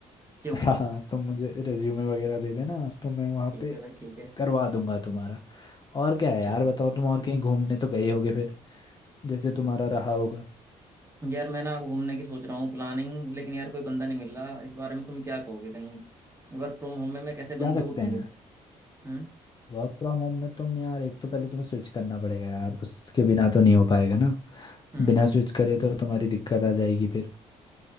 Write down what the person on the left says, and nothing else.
<laughs> हाँ हाँ तो मुझे रेज्यूमे वगैरह दे देना तो मैं वहाँ
पे
करवा दूंगा तुम्हारा और क्या है
यार बताओ तुम और कहीं घूमने तो गए होगे फिर जैसे तुम्हारा रहा होगा
जा
सकते
हैं
वर्क फ्रॉम होम में तुम यार एक तो पहले तुम्हें स्विच करना पड़ेगा यार उसके बिना तो नहीं हो पाएगा ना
बिना स्विच करे तो तुम्हारी दिक्कत आ जाएगी फिर